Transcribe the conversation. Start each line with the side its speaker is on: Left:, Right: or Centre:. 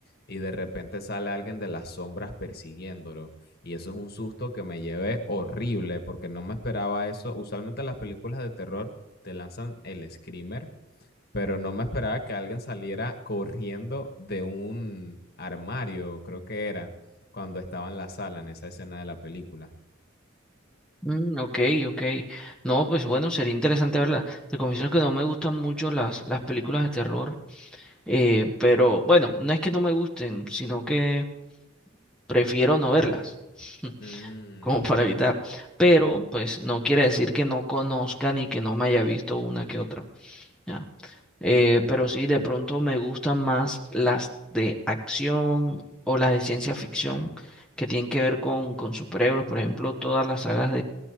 Left: y de repente sale alguien de las sombras persiguiéndolo. Y eso es un susto que me llevé horrible porque no me esperaba eso. Usualmente las películas de terror te lanzan el screamer, pero no me esperaba que alguien saliera corriendo de un armario, creo que era, cuando estaba en la sala, en esa escena de la película.
Centre: mm, ok, ok. No, pues bueno, sería interesante verla. Te confieso que no me gustan mucho las, las películas de terror, eh, pero bueno, no es que no me gusten, sino que prefiero no verlas,
Left: Mm,
Centre: <laughs> como para
Left: <laughs>
Centre: evitar. Pero pues no quiere decir que no conozca ni que no me haya visto una que otra. ya. Eh, pero sí, de pronto me gustan más las de acción o las de ciencia ficción
Left: okay.
Centre: que tienen que ver con, con superhéroes, por ejemplo, todas las sagas